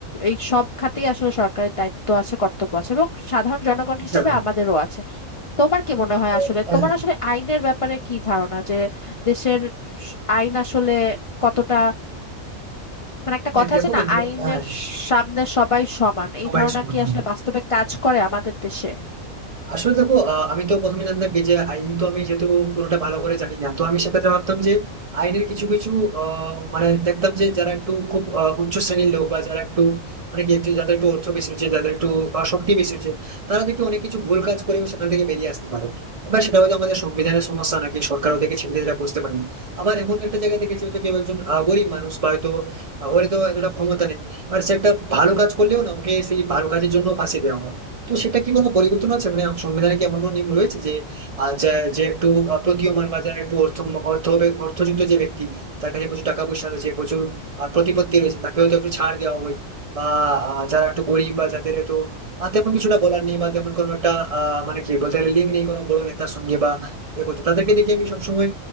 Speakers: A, on the left; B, on the right.
A: এই সব খাতেই আসলে সরকারের দায়িত্ব আছে কর্তব্য আছে এবং সাধারণ জনগণ
B: আচ্ছা
A: হিসেবে
B: বন্ধু
A: আমাদেরও আছে তোমার কি মনে হয়
B: তো,
A: আসলে
B: হ্যাঁ
A: তোমার আসলে আইনের ব্যাপারে কি ধারণা যে দেশের স- আইন আসলে কতটা মানে একটা
B: হ্যাঁ
A: কথা
B: দেখো
A: আছে না
B: বন্ধু
A: আইনের
B: হ্যাঁ
A: সামনে সবাই সমান
B: সবাই
A: এই ধারণা
B: সমান
A: কি
B: হ্যাঁ।
A: আসলে বাস্তবে কাজ করে আমাদের দেশে
B: আসলে দেখো আহ, আমি তো প্রথমে জানতাম কি যে আইন তো আমি যেহেতু পুরোটা ভালো করে জানি না তো আমি সেক্ষেত্রে ভাবতাম যে আইনের কিছু কিছু আহ, মানে দেখতাম যে যারা একটু খুব আহ, উচ্চ শ্রেণীর লোক বা যারা একটু মানে কি যে যাদের একটু অর্থ বেশি হচ্ছে যাদের একটু আহ, শক্তি বেশি হচ্ছে তারা দেখি অনেক কিছু ভুল কাজ করে সেখান থেকে বেরিয়ে আসতে পারে এবার সেটা হয়তো আমাদের সংবিধানের সমস্যা নাকি সরকার ওদেরকে ছেড়ে দিতে বুঝতে পারে না আবার এমন একটা জায়গায় দেখেছি হয়তো কেউ একজন আহ, গরিব মানুষ বা হয়তো আহ, ওর তো এতটা ক্ষমতা নেই এবার সে একটা ভালো কাজ করলেও না ওকে সেই ভালো কাজের জন্য ফাঁসিয়ে দেওয়া হয় তো সেটা কি কোনো পরিবর্তন আছে মানে সংবিধানে কি এমন কোনো নিয়ম রয়েছে যে আহ, যা- যে একটু আহ, প্রতীয়মান বা যারা একটু অর্থ অর্থ হবে- অর্থযুক্ত যে ব্যক্তি যার কাছে প্রচুর টাকা পয়সা রয়েছে প্রচুর আহ, প্রতিপত্তি রয়েছে তাকে হয়তো একটু ছাড় দেওয়া হয় বা আহ, যারা একটু গরিব বা যাদের হয়তো আহ, তেমন কিছুটা বলার নেই বা তেমন কোনো একটা আহ মানে কি বলতে গেলে লিঙ্ক নেই কোনো বড় নেতার সঙ্গে বা এ করতে তাদেরকে দেখে আমি সবসময়